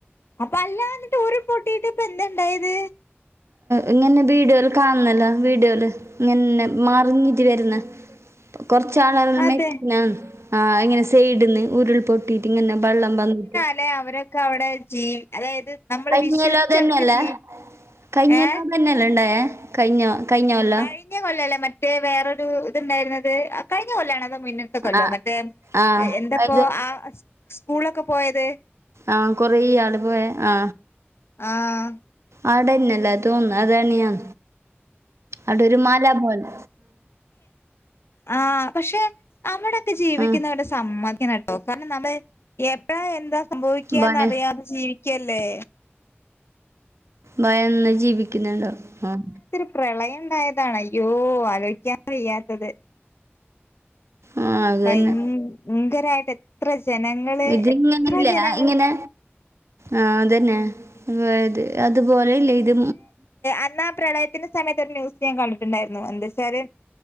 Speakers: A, on the left; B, on the right.
A: അപ്പൊ അല്ലാ എന്നിട്ട് ഊരു പൊട്ടിട്ട് ഇപ്പൊ എന്ത ഉണ്ടായത്
B: ഇങ്ങനെ വീഡിയോൽ കാണുന്നല്ലോ വീഡിയോൽ അങ്ങെ മറിഞ്ഞിട്ട് വരുന്ന കൊറച്ചാള
A: അതെ
B: മെച്ചന ആ ഇങ്ങനെ സൈഡിൽ നിന്ന് ഉരുൾപൊട്ടിട്ട് ഇങ്ങനെ വള്ളം വന്ന്
A: പിന്നെ അവരൊക്കെ അവിടെ ചെയും അതായത് നമ്മള്
B: കൈഞ്ഞല്ലോ
A: വിശ്വസിച്ച്
B: തന്നെയല്ലേ
A: അവർക്ക് ജീ
B: കൈഞ്ഞെല്ലോ
A: ഏഹ്
B: തന്നെ അല്ലണ്ടായേ? കഴഞ്ഞ കഴിഞ്ഞോല്ലോ
A: പിറ്റെ കൊല്ലല്ലേ മറ്റേ വേറൊരു ഇതുണ്ടായിരുന്നത് കഴിഞ്ഞ കൊല്ലണോ അതോ മുന്നത്തെ ക്കല്ലോ
B: ആ
A: മറ്റേ
B: ആ
A: എന്തപ്പോ
B: അത്
A: ആ സ്കൂളൊക്കെ പോയത്
B: ആ കൊറെ ആള് പോയ ആ
A: ആഹ്
B: ആടെന്നല്ല അതും അതാണ് ഞാൻ അവിട ഒരു മലാ പോലെ
A: ആ പക്ഷെ അവിടൊക്കെ ജീവിക്കുന്നവരുടെ
B: ആ
A: സമ്മതിക്കണം ട്ടോ കാരണം നമ്മള് എപ്പഴാ എന്താ സംഭവിക്കുകന്നറിയാതെ
B: ഭയ
A: ജീവിക്കല്ലേ
B: ഭയന്ന് ജീവിക്കുന്നുണ്ടാവും
A: പ്രളയണ്ടായതാണ് അയ്യോ ആലോയിക്കാൻ വയ്യാത്തത്
B: ആ അത്
A: ഭയങ്കരായിട്ട്
B: തന്നെ
A: എത്ര ജനങ്ങള്
B: ഇതിങ്ങനെയില്ലേ
A: എത്ര ജനങ്ങള്
B: ഇങ്ങനെ ആ അതന്നെ <unintelligible> അതുപോലെല്ലേ ഇത്
A: എന്നാ ആ പ്രളയത്തിന്റെ സമയത്ത് ഒരു ന്യൂസ് ഞാൻ കണ്ടിട്ടുണ്ടായിരുന്നു എന്താച്ചാല്